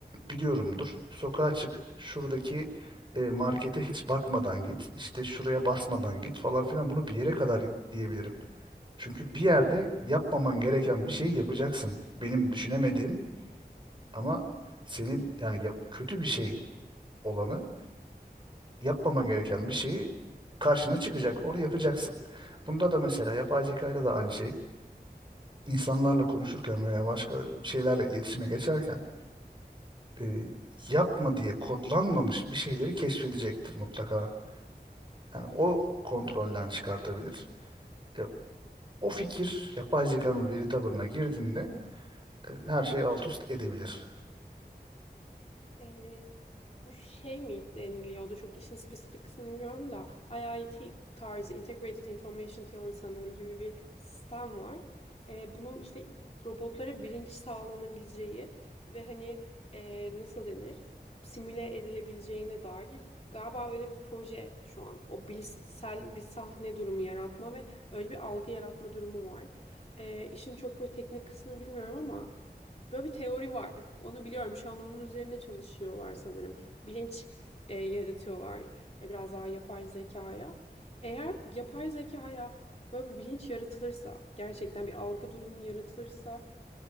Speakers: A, on the right; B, on the left.
A: biliyorumdur. Sokağa çık. Şuradaki e, markete hiç bakmadan git. İşte şuraya basmadan git falan filan. Bunu bir yere kadar diyebilirim. Çünkü bir yerde yapmaman gereken bir şeyi yapacaksın. Benim düşünemediğim ama senin yani yap- kötü bir şey olanı yapmaman gereken bir şeyi karşına çıkacak. ve Onu yapacaksın. Bunda da mesela yapay zekayla da aynı şey. insanlarla konuşurken veya başka bir şeylerle iletişime geçerken e, yapma diye kodlanmamış bir şeyleri keşfedecektir mutlaka. Yani o kontrolden çıkartabilir. E, o fikir yapay zekanın veri tabanına girdiğinde e, her şeyi alt üst edebilir.
B: Ee, bu şey mi deniliyordu? Çok işin spesifik kısmını bilmiyorum da IIT tarzı Integrated Information Theory sanırım gibi bir sistem var. Ee, bunu işte robotlara bilinç sağlanabileceği ve hani e, nasıl denir? simüle edilebileceğine dair galiba öyle bir proje şu an. O bilişsel bir sahne durumu yaratma ve öyle bir algı yaratma durumu var. Ee, işin çok böyle teknik kısmını bilmiyorum ama Böyle bir teori var. Onu biliyorum. Şu an onun üzerine çalışıyorlar sanırım. Bilinç e, yaratıyorlar. E, biraz daha yapay zekaya. Eğer bu yapay zekaya böyle bir bilinç yaratılırsa, gerçekten bir algı durumu yaratılırsa